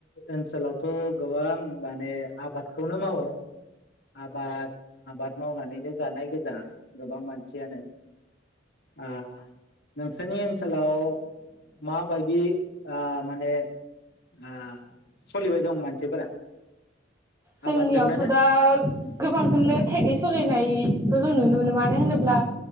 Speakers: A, on the left; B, on the right.
A: ओनसोलावथ' गोबां माने आबादखौनो मावो आबाद आबाद मावनानैनो जानाय गोजा गोबां मानसियानो ओ नोंसोरनि ओनसोलाव माबायदि ओ माने ओ सलिबाय दं मानसिफोरा
B: जोंनियावथ'
A: आबादजोंनो ना
B: दा गोबांखौनो थेगै सलिनाय खौ जों नुनो मोनो मानो होनोब्ला